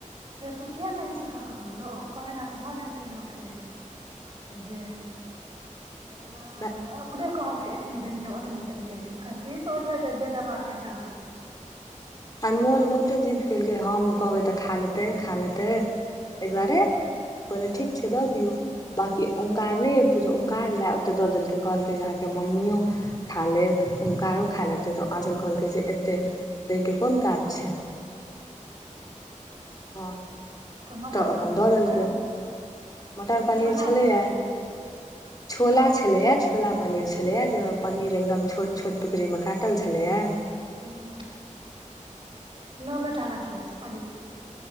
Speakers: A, on the right; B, on the left.
A: से तू किया कहै छि ककरो, लो कहय लए तऽ भऽ जाइत छै लोकके। जे हं
B: लए
A: ओ अपने कहलके एतनी देलियै ओतनी देलियै, कहितहि सोझै जे - जे देबाक अयसे सेहो द।
B: अनमोल बहुते जीद केलकै हम कहबै तऽ खा लेतै खा लेतै एहि
A: हँ
B: दुआरे हम कहलियै
A: हँ
B: ठीक छै दऽ दियौ। बाँकी ओंकार नै अयतै तऽ ओंकार लए ओते दऽ देलकै कहलकै जे अहाँके मम्मिओ खा लेत ओंकारो खा लेतै तऽ आँचल कहलकै जे एतेक दैके कोन काज छै। हँ।
A: मटर
B: तऽ अपन
A: पनीर
B: दऽ
A: छलै
B: देलकै, मटर पनीर
A: छोला
B: छलैए। छोला छलया, छोला पनीर छलय यै, जयमे पनीर एकदम छोट- छोट टुकड़ी में काटल छलय यैऽ।
A: हं - हं नामे टालै छलै पनीर।